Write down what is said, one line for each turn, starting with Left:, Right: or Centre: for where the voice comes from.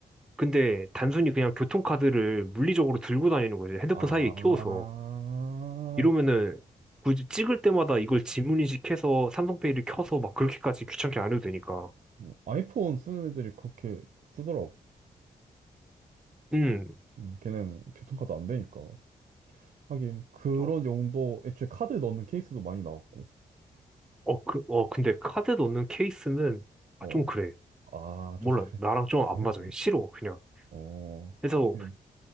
Centre: 근데 단순히 그냥 교통카드를 물리적으로 들고 다니는 거지. 핸드폰
Right: 아,
Centre: 사이에 끼워서. 이러면은 굳이 찍을 때마다 이걸 지문인식해서 삼성페이를 켜서 막 그렇게까지 귀찮게 안 해도 되니까.
Right: 음, 아이폰 쓰는 애들이 그렇게 쓰더라고.
Centre: 음.
Right: 음, 걔는 교통카드 안 되니까. 하긴 그런
Centre: 어,
Right: 용도 애초에 카드 넣는 케이스도 많이 나왔고
Centre: 어, 그, 어, 근데 카드 넣는 케이스는 아,
Right: 어
Centre: 좀 그래.
Right: 아
Centre: 몰라.
Right: 좀 그래
Centre: 나랑 좀
Right: 구해보요
Centre: 안 맞아. 싫어. 그냥.
Right: 어
Centre: 그래서
Right: 그냥